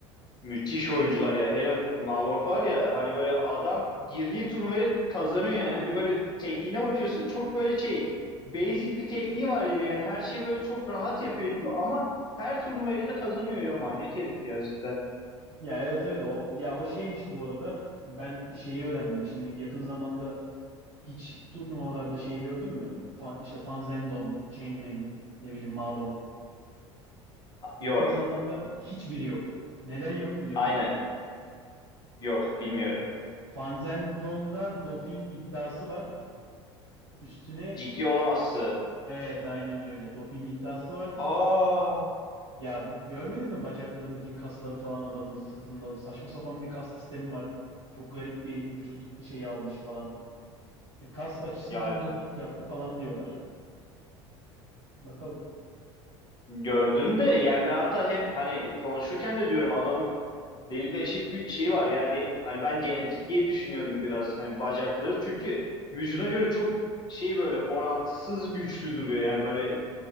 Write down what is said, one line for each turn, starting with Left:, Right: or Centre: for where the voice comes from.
Left: müthiş
Right: söyle.
Left: oyuncular ya. Hele Malone var ya hani böyle adam girdiği turnuvayı kazanıyor yani. Hani böyle tekniğine bakıyorsun çok böyle şey basic bir tekniği var gibi yani her şeyi böyle çok rahat yapıyor gibi ama her turnuvayı da kazanıyor ya manyak herif ya cidden.
Right: Ya evet evet o ya o şeymiş bu arada. Ben şeyi öğrendim. Şimdi yakın zamanda hiç turnuvalarda şeyi gördün mü? Fan, işte Fan Zhendong, Cheng Meng, ne bileyim Ma Long. Yakın
Left: Yok.
Right: zamanda hiçbiri yok. Neden yok biliyor
Left: Aynen.
Right: musun?
Left: Yok
Right: Ee,
Left: bilmiyorum.
Right: Fan Zhendong'da doping iddiası var. Üstüne
Left: Ciddi olamazsın.
Right: evet aynen öyle. Doping iddiası var.
Left: Aa.
Right: Ya görmedin mi bacaklarındaki kasları falan adamın sırtında saçma sapan bir kas sistemi var. Çok garip bir vücut şeyi almış falan. E, kas açısından
Left: Ya
Right: doping yaptı falan diyorlar. Bakalım.
Left: gördüm de yani ben hatta hep hani konuşurken de diyorum adam Deli eşit bir şey var yani hani ben genetik diye düşünüyordum biraz hani bacakları çünkü vücuduna göre çok şey böyle orantısız güçlü duruyor yani böyle